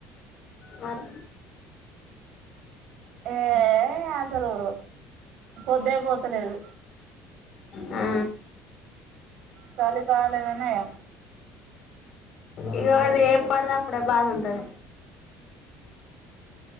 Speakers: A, on the left; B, on the right.
A: మరి
B: ఏ అసలు పొద్దే పోతలేదు
A: ఆ
B: చలికాలమే నయం
A: ఇగో ఇది ఏప్పడిది అప్పుడే బాగుంటాయి.